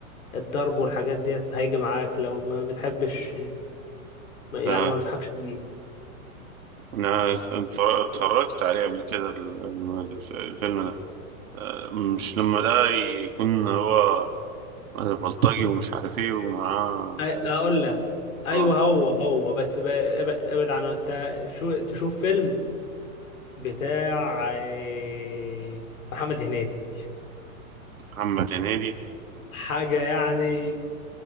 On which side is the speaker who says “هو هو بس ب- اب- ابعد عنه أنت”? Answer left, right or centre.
Left